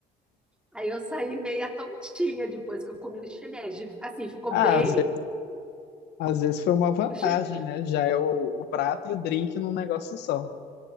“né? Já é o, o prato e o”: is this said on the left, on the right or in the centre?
Left